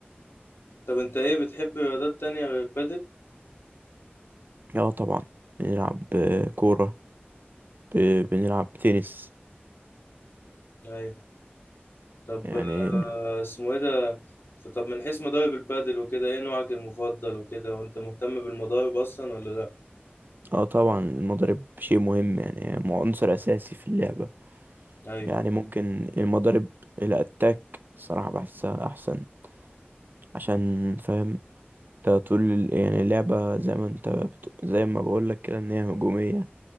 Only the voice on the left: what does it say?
طب أنت إيه بتحب رياضات تانية غير البادل؟
أيوة طب
آه، اسمه إيه ده؟ طب من حيث مضارب البادل وكده إيه نوعك المفضل وكده وأنت مهتم بالمضارب أصلا ولا لأ؟
أيوة